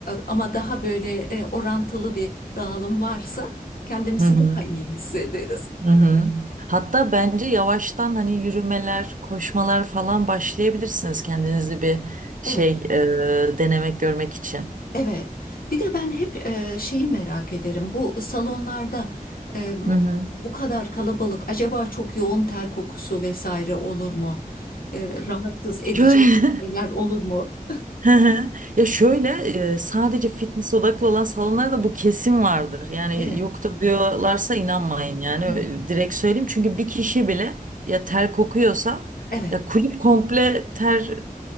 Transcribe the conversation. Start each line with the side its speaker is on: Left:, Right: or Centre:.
Left: Ama daha böyle e, orantılı bir dağılım varsa kendimizi
Right: Hı hı,
Left: daha iyi hissederiz.
Right: hı hı. Hatta bence yavaştan hani yürümeler, koşmalar falan başlayabilirsiniz kendinizi bir şey
Left: Evet,
Right: e, denemek görmek için.
Left: evet. Bir de ben hep e, şeyi merak ederim. Bu salonlarda e,
Right: Hı hı.
Left: bu kadar kalabalık acaba çok yoğun ter kokusu vesaire olur mu? e, rahatsız edecek
Right: Şöyle <laughs>
Left: şeyler olur mu?
Right: Hı hı. Ya şöyle e, sadece fitness odaklı olan salonlarda bu kesin vardır. Yani
Left: Evet,
Right: yoktur diyorlarsa inanmayın yani
Left: evet,
Right: Ö- direkt söyleyeyim. Çünkü bir kişi bile ya ter kokuyorsa
Left: evet.
Right: ya kulüp komple ter